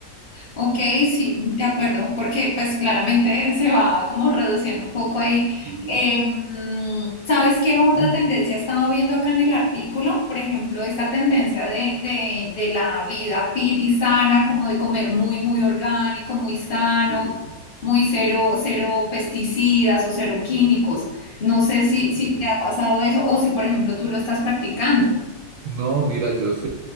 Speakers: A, on the left (about 35°); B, on the right (about 75°).
A: Ok, sí, de acuerdo, porque pues claramente <laughs> se va como reduciendo un poco ahí.
B: Sí,
A: Em, ¿sabes qué otra
B: sí,
A: tendencia estaba viendo acá en el artículo? Por ejemplo, esta tendencia de, de, de la vida fit y sana, como de comer muy, muy orgánico, muy sano,
B: sí,
A: muy cero, cero pesticidas o cero químicos. No sé si, si
B: sí.
A: te ha pasado eso o si, por ejemplo, tú lo estás practicando.
B: No, mira, yo soy,